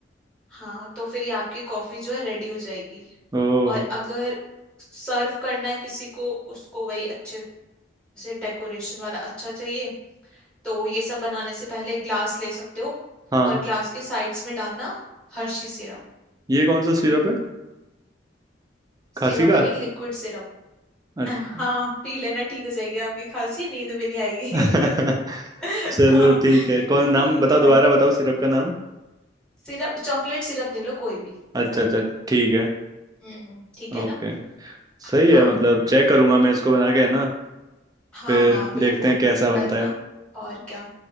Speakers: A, in the centre; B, on the right.
A: हाँ तो फिर ये आपकी कॉफी जो है रेडी हो जाएगी
B: ओ
A: और अगर सर्व करना है किसी को उसको वही अच्छे जैसे डेकोरेशन वाला अच्छा चाहिए तो ये सब बनाने से पहले ग्लास ले सकते हो
B: हाँ
A: और ग्लास के साइड्स में डालना हर्षी सिरप
B: ये कौन सा सिरप है
A: सिरप
B: खांसी का
A: है ये लिक्विड सिरप
B: अच्छा।
A: हाँ पी लेना ठीक हो जाएगी आपकी खांसी नींद भी नहीं आएगी
B: <laughs>
A: <laughs>
B: चलो
A: हाँ,
B: ठीक है कौन नाम
A: ठीक
B: बताओ
A: है
B: दोबारा बताओ सिरप का नाम
A: सिरप चॉकलेट सिरप ले लो कोई भी
B: अच्छा अच्छा ठीक है
A: हम्म ठीक
B: ओके
A: है ना हाँ
B: सही है मतलब चेक करूंगा मैं इसको बना के है ना
A: हाँ
B: फिर
A: हाँ बिल्कुल
B: देखते हैं कैसा बनता
A: करना
B: है
A: और क्या